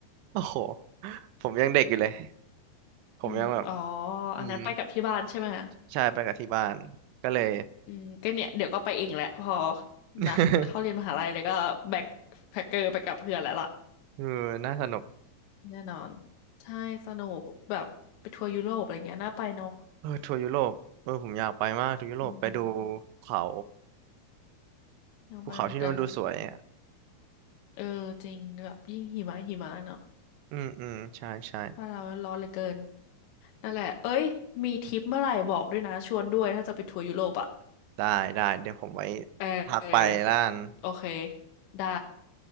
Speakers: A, on the right; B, on the left.
A: โอ้โหผมยังเด็กอยู่เลยผมยังแบบ
B: อืมอ๋ออันนั้นไปกับที่บ้านใช่ไหม
A: อืมใช่ไปกับที่บ้านก็เลย
B: อืมก็เนี่ยเดี๋ยวก็ไปเองแหละพอ
A: <laughs>
B: นะเข้าเรียนมหาลัยแล้วก็แบ็คแพ็คเกอร์ไปกับเพื่อนแล้วล่ะ
A: เออน่าสนุก
B: แน่นอนใช่สนุกแบบไปทัวร์ยุโรปอะไรเงี้ยน่าไปเนาะ
A: เออทัวร์ยุโรปเออผมอยากไปมากทัวร์ยุโรปไปดู
B: อืม
A: เขา
B: น่าไปเหมือนกัน
A: ภูเขาที่นู่นดูสวยอ่ะ
B: เออจริงแบบยิ่งหิมะหิมะเนาะ
A: อืมอืมใช่ใช่
B: ว่านเราร้อนเหลือเกินนั่นแหละเอ้ยมีทริปเมื่อไหร่บอกด้วยนะชวนด้วยถ้าจะไปทัวร์ยุโรปอ่ะ
A: ได้ได้เดี๋ยวผมไว้
B: เออเออ
A: ทักไปล้าน
B: โอเคได้